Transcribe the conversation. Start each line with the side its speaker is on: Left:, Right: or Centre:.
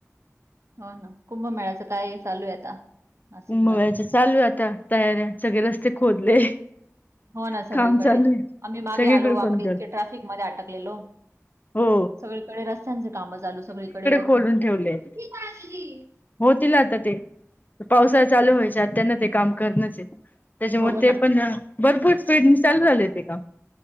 Right: हो ना कुंभमेळाचं काय चालू आहे आता नाशिकमध्ये
Left: कुंभामेळ्याच्या चालू आहे आता तयाऱ्या सगळे रस्ते खोदले.
Right: हो ना सगळीकडे
Left: काम चालू आहे.
Right: आम्ही मागे
Left: सगळीकडे
Right: आलो बापरे!
Left: कोण
Right: इतके ट्रॅफिकमध्ये अटकलेलो.
Left: हो
Right: सगळीकडे रस्त्यांच काम चालू सगळीकडे रत्यां
Left: खोलून ठेवलेत. होतील आता ते पावसाळ चालू व्हायच्या आता त्यांना ते काम करनच ये त्याच्यामुळ
Right: हो
Left: ते
Right: ना.
Left: पण भरपूर स्पीड न चालू झालय ते काम.